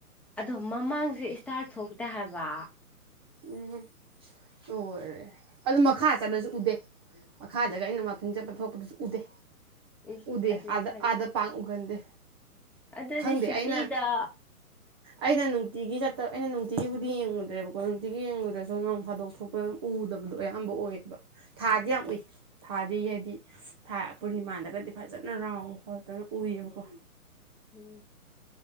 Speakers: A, in the centre; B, on the right.
A: ꯑꯗꯣ ꯃꯃꯥꯡꯖꯦ ꯏꯁꯇꯥꯔ ꯊꯣꯛꯇꯦ ꯍꯥꯏꯕ
B: ꯎꯝ ꯂ‌ꯣꯏꯔꯦ ꯑꯗꯨ ꯃꯈꯥ ꯆꯠꯂꯁꯨ ꯎꯗꯦ ꯃꯈꯥꯗꯒ ꯑꯩꯅ ꯋꯥꯀꯤꯡ ꯆꯠꯄ ꯊꯣꯛꯄꯗꯁꯨ ꯎꯗꯦ
A: ꯏꯁ
B: ꯎꯗꯦ
A: ꯑꯗꯨꯗꯤ
B: ꯑꯥꯗ
A: ꯈꯪ
B: ꯑꯥꯗ ꯄꯥꯛ ꯎꯒꯟꯗꯦ
A: ꯑꯗꯨꯗꯤ
B: ꯈꯪꯗꯦ
A: ꯁꯤꯇꯤꯗ
B: ꯑꯩꯅ ꯑꯩꯅ ꯅꯨꯡꯇꯤꯒꯤ ꯆꯠꯇ ꯑꯩꯅ ꯅꯨꯡꯇꯤꯒꯤꯕꯨꯗꯤ ꯌꯦꯡꯉꯨꯗ꯭ꯔꯦꯕ ꯍ‌ꯣ ꯅꯨꯡꯇꯤꯒꯤ ꯌꯦꯡꯉꯨꯗ꯭ꯔꯁꯨ ꯅꯣꯡ ꯐꯥꯗꯣꯛ ꯊꯣꯛꯄꯗ ꯎꯗꯕꯗꯣ ꯑꯌꯥꯝꯕ ꯑꯣꯏꯌꯦꯕ ꯊꯥꯗꯤ
A: ꯎꯝ
B: ꯌꯥꯝ ꯎꯏ ꯊꯥꯗꯤ ꯍꯥꯏꯗꯤ ꯊꯥ ꯄꯨꯔꯅꯤꯃꯥꯗꯒꯗꯤ ꯐꯖꯅ ꯔꯥꯎꯟ ꯈꯣꯠꯇꯅ ꯎꯏꯌꯦꯕꯀꯣ
A: ꯎꯝ